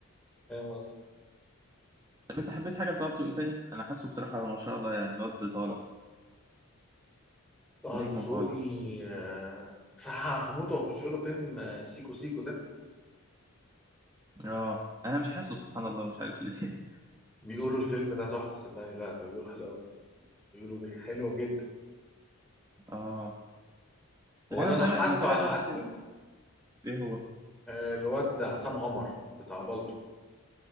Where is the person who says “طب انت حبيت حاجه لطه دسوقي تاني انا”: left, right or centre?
Right